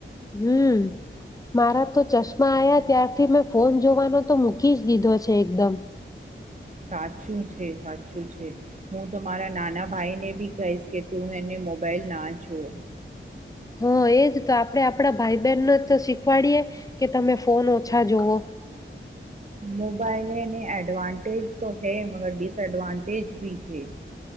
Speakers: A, on the left (about 15°); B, on the right (about 35°).
A: હમ, મારા તો ચશ્મા આવયા ત્યારથી મેં ફોન જોવાનો તો મૂકી જ દીધો છે એકદમ.
B: સાચું છે સાચું છે, હું તો મારા નાના ભાઈને બી કહીશ કે તું એને મોબાઈલ ના જોઉ.
A: હા એજ તો આપડે આપણા ભાઈ બહેનને તો શીખવાડીયએ, કે તમે ફોન ઓછા જોવો.
B: મોબાાઈલેને એડવાન્ટ્ટજ઼ તો હૈ મગર ડિસએડવાન્ટટેજ ભી હૈ.